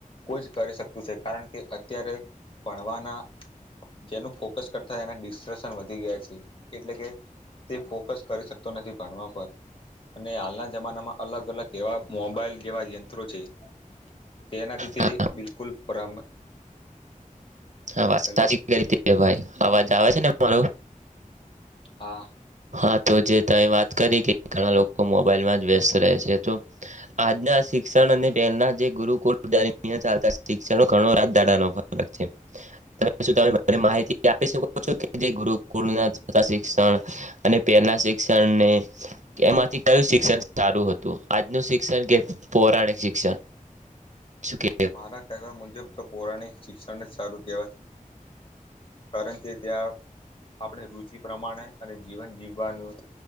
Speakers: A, on the left; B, on the right.
A: કોઈ જ કરી શકતું છે. કારણ કે અત્યારે ભણવાના જેનું ફોકસ કરતાં એના ડિસ્ટ્રેસન વધી ગયા છે. એટલે કે તે ફોકસ કરી શક તો નથી ભણવા પર અને હાલના જમાનામાં અલગ અલગ એવા મોબાઈલ જેવા યંત્રો છે. તેનાથી તે
B: હા
A: બિલકુલ પરમ
B: આ વાત
A: હેલો
B: સાચી કરી તમે ભાઈ. અવાજ આવે છે ને મારો?
A: હા
B: હહ તો જે તમે વાત કરી કે ઘણા લોકો મોબાઈલમાં જ વ્યસ્ત રહે છે. તો આજના શિક્ષણ અને પહેલના જે ગુરુકુળ <inaudible> હતા શિક્ષણ ઘણો રાજદાણાનો ફરક છે. તમે કશું તમે મને માહિતી આપી શકો છો કે જે ગુરુકુલના શિક્ષણ અને પહેલના શિક્ષણને એમાંથી કયું શિક્ષણ સારું હતું આજનું શિક્ષણ કે પૌરાણિક શિક્ષણ? શું કે
A: મારા કહેવા મુજબ તો પૌરાણિક શિક્ષણને જ સારું કેવાય. કારણ કે ત્યાં આપણે રુચિ પ્રમાણે અને જીવન જીવવાનું